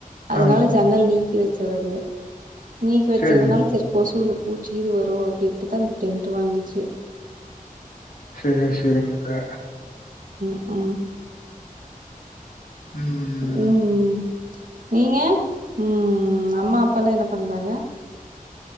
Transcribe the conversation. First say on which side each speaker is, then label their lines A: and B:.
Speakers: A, on the right (about 65°); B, on the left (about 80°).
A: அதனால
B: ஆ
A: ஜன்னல் நீக்கி வச்சுறது நீக்கி வச்சதனால
B: சரிங்க.
A: சேரி கொசு இல்ல பூச்சி கீது வரு அப்டின்ட்டு தா இந்த டென்ட்டு வாங்கிச்சு
B: சேரி செரிங்கக்கா
A: ம் ம்
B: ம்.
A: ம் நீங்க ம் அம்மா அப்பால்லா என்ன பண்றாங்க